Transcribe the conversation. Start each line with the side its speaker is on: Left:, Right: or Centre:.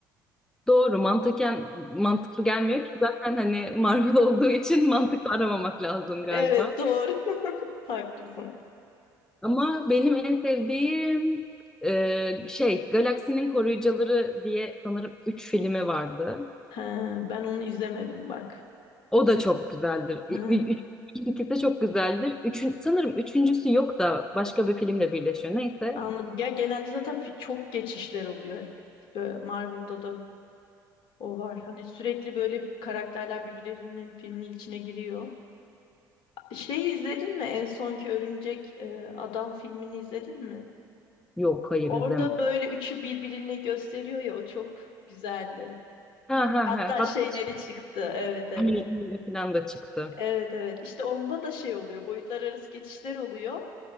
Centre: Doğru, mantıken mantıklı gelmiyor ki zaten hani Marvel olduğu için <laughs> mantıklı aramamak lazım galiba.
Left: Evet doğru. <laughs> Haklısın.
Centre: Ama benim en sevdiğim e, şey Galaksinin Koruyucuları diye sanırım 3 filmi vardı.
Left: He, ben onu izlemedim bak.
Centre: O da çok güzeldir.
Left: He,
Centre: Ü- ü- Üç, ilk ikisi de çok güzeldir. Üçün, sanırım üçüncüsü yok da başka bir filmle birleşiyor. Neyse.
Left: anladım. Ya genelde zaten fi- çok geçişler oluyor. E, Marvel'da da o var. Hani sürekli böyle karakterler birbirlerinin filminin içine giriyor. Şeyi izledin mi? En sonki Örümcek e, Adam filmini izledin mi?
Centre: Yok hayır
Left: Orada
Centre: izlemedim.
Left: böyle üçü birbirini gösteriyor ya o çok güzeldi.
Centre: Ha ha
Left: Hatta
Centre: ha. Hatta
Left: şeyleri çıktı. Evet evet.
Centre: şey, <laughs> falan da çıktı.
Left: Evet evet işte onda da şey oluyor boyutlar arası geçişler oluyor.